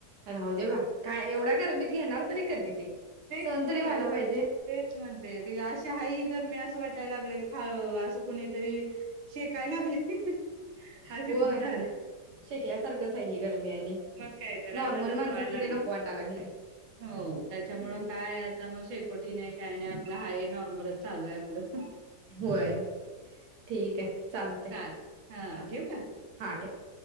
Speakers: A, on the right; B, on the right.
A: राहूदे बा काय एवढा गरमीत घेणार तरी कधी ते
B: तेच
A: सहन
B: की
A: तरी व्हायला पाहिजे.
B: तेच म्हणते ते अशी हाई ही गरमी असं वाटायला लागले खा अ असं कुणीतरी शेकाय लागले असे
A: होय
B: झालं
A: शेकल्यासारखंच आहे ही गरमी आणि
B: मग काय तर आता
A: नॉर्मल
B: तस
A: माणसासनी
B: व्हायला लागलय
A: ते नको वाटाय लागलंय.
B: हो त्याच्यामुळ
A: आम-
B: काय आता मग शेकोटी नाय काय नाय न्हाई नॉर्मलच चालू आहे आपलं.
A: होय ठीक आहे चालतंय
B: चाल
A: हा
B: ठेवू का?
A: हा ठेवा.